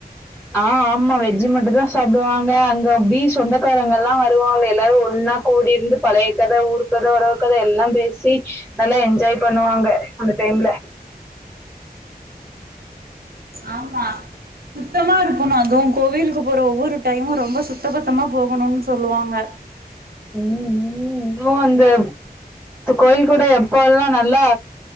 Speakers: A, in the centre; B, on the right.
A: ஆ ஆமா வெஜ் மட்டுந் தா சாப்டுவாங்க அங்க அப்டி சொந்தக்காரங்கள்லா வருவாங்க எல்லாரு ஒன்னா கூடிருந்து பழைய கத ஊர் கத ஒறவு கத எல்லாம் பேசி நல்லா என்ஜாய் பன்னுவாங்க அந்த டைம்ல
B: ஆமா சுத்தமா இருக்கணு அதுவு கோவிலுக்கு போற ஒவ்வொரு டைமு ரொம்ப சுத்த பத்தமா போகணுனு சொல்லுவாங்க
A: ம் ம் வு இந்து கோயில்கோட எப்ப எல்லா நல்லா